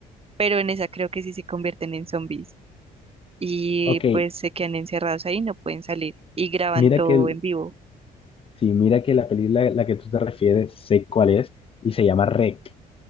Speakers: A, on the right (about 25°); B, on the left (about 25°).
A: pero en esa creo que sí se convierten en zombies y
B: ok.
A: pues se quedan encerrados ahí, no pueden salir y graban
B: Mira
A: todo
B: que, el-
A: en vivo.
B: sí, mira que la película a la que tú te refieres, sé cuál es, y se llama Rec.